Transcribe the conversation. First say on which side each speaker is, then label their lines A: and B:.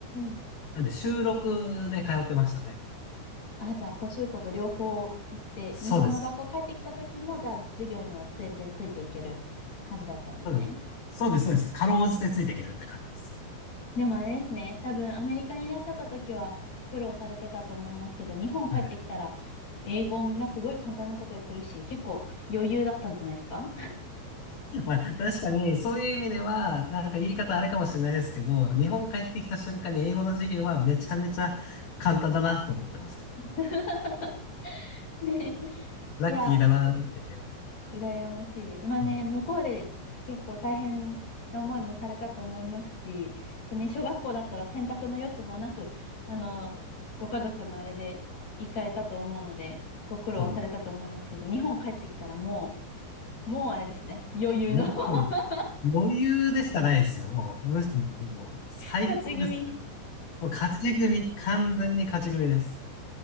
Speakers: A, on the left (about 40°); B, on the left (about 60°).
A: ん。
B: なんで収録で通ってましたね。
A: あ、じゃあ、補習校と両方行って、
B: そうです。
A: 日本の学校帰ってきた時も、じゃあ、授業には全然ついていける感じだったんですね。
B: そうです。そうです、そうです。かろうじてついていけるって感じです。
A: でもあれですね、多分アメリカにいらっしゃった時は苦労されてたと思いますけど、日本帰ってきたら、
B: はい。
A: 英語みんなすごい簡単なことやってるし、結構余裕だったんじゃないですか
B: まあ、確かに、そういう意味では、なんか言い方あれかもしれないですけど、日本帰ってきた瞬間に英語の授業はめちゃめちゃ簡単だなと思ってました。
A: <laughs> ね。
B: ラッキーだなっていう。
A: いや、羨ましいです。まあね、
B: うん、
A: 向こうで結構大変な思いもされたと思いますし、ね、小学校だったら選択の余地もなく、あの、ご家族のあれで行かれたと思うので、ご苦労はされたと思いますけど、
B: そうね。
A: 日本帰ってきたらもう、もうあれですね、余裕の
B: も
A: <laughs>
B: う、余裕でしかないですよ。もう、むしろ、もう最高ですね。
A: 勝ち組。い
B: もう勝ち組、完全に勝ち組です。